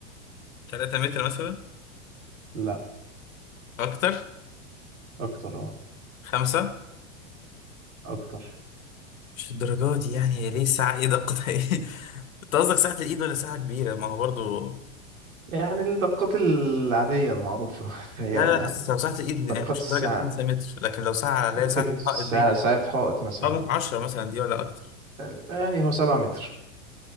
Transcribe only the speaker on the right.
لأ
أكتر أه
أكتر
يعني الدقات العادية المعروفة تهيألي
يعني
دقات
الساعة
ممكن
في
الساعة
ساعة حائط مثلا
آه، يعني هو سبعة متر